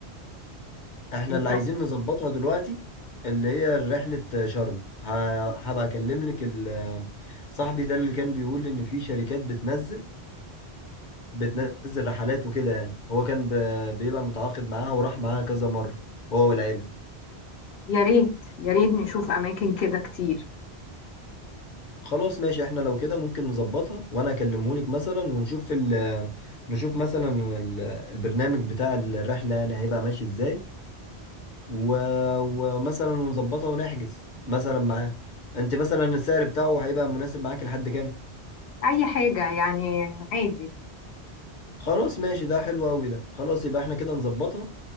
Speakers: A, on the left; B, on the left.
A: احنا
B: ان
A: اللي
B: شاء
A: عايزين نظبطها دلوقتي اللي هي رحلة شرم ه- هبقى اكلم لك ال- صاحبي ده اللي كان بيقول ان في شركات بتنزل بتنزل رحلات وكده يعني هو كان ب- بيبقى متعاقد معاها وراح معاها كذا مرة هو والعيلة
B: الله يا ريت يا ريت نشوف اماكن كده كتير
A: خلاص ماشي احنا لو كده ممكن نظبطها وانا اكلمهولك مثلا ونشوف ال نشوف مثلا ال- البرنامج بتاع الرحلة يعني هيبقى ماشي ازاي و... ومثلا ونظبطها ونحجز مثلا معاه انت مثلا السعر بتاعه هيبقى مناسب معاك لحد كام
B: اي حاجة يعني عادي
A: خلاص ماشي ده حلو قوي ده خلاص يبقى احنا كده نظبطها